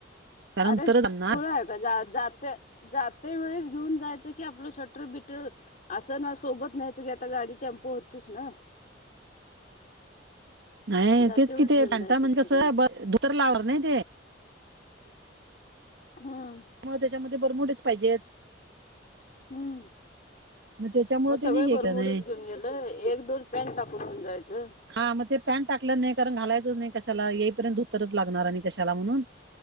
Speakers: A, on the right (about 65°); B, on the left (about 45°).
A: कारण
B: अरेच
A: तरच आणणार
B: खोळा आहे. जाते जाते वेळेस घेऊन जायचं की आपलं शटर बिटर असं ना सोबत नाहीच की आता गाडी टेम्पो होतीच ना.
A: नाही
B: जाते
A: तेच
B: वेळेस
A: किथ
B: घेऊन
A: पॅता
B: जायचं
A: म्हण
B: की त्यांना
A: कसं ब धुतर लावणार नाही ते.
B: हम्म.
A: मग त्याच्यामध्ये बरमुडेच पाहिजेत.
B: हम्म
A: त्याच्यामुळे
B: मग सगळे
A: त्यानी हे
B: भरमडीच
A: केलं नाही
B: घेऊन गेल. एक दोन पॅन्ट टाकून घेवून जायचं.
A: हा मग ते पॅन्ट टाकलं नाही कारण घालायच नाही कशाला येईपर्यंत धोतरच लागणार आणि कशाला म्हणून. <inaudible>